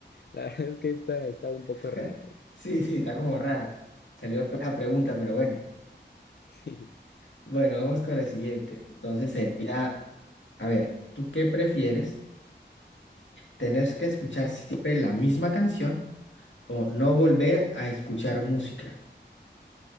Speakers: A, on the left; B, on the left.
A: La verdad es que esta está un poco
B: <laughs>
A: rara, ¿eh?
B: Sí, sí, está como raro. Salió la pregunta, pero bueno.
A: Sí.
B: Bueno, vamos con la siguiente. Entonces sería, a ver, ¿tú qué prefieres? ¿Tener que escuchar siempre la misma canción o no volver a escuchar música?